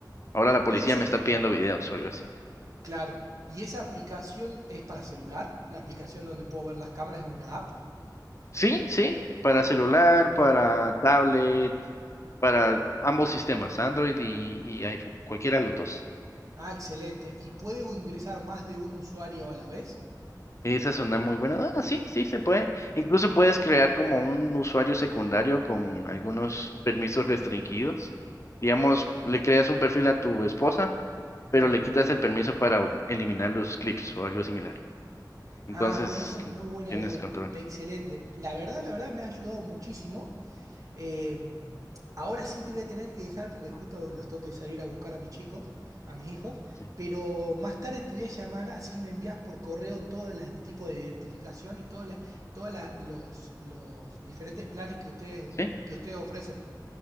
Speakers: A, on the left (about 40°); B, on the right (about 50°).
A: ahora la policía
B: Y esa,
A: me está pidiendo videos o algo así.
B: claro. ¿Y esa aplicación es para celular? La aplicación donde puedo ver las cámaras es una app.
A: Sí, sí, para celular, para tablet, para ambos sistemas, Android y, y iPhone, cualquiera de los dos.
B: Ah, excelente. ¿Y puede ingresar más de un usuario a la vez?
A: Esa es una muy buena. Ah, sí, sí, se puede. Incluso puedes crear como un usuario secundario con algunos permisos restringidos. Digamos, le creas un perfil a tu esposa,
B: Claro.
A: pero le quitas el permiso para u- eliminar los clips o algo similar. Entonces,
B: Ah, bueno, esa es muy buena
A: tienes
B: duda.
A: control.
B: Me- Excelente. La verdad, la verdad, me ha ayudado muchísimo. Eh, ahora sí te voy a tener que dejar porque justo los tengo que salir a buscar a mis chicos, a mis hijos,
A: Sí.
B: pero más tarde te voy a llamar, así me envías por correo todo la- el tipo de identificación y todos los, los diferentes planes que ustedes,
A: Sí.
B: que ustedes ofrecen.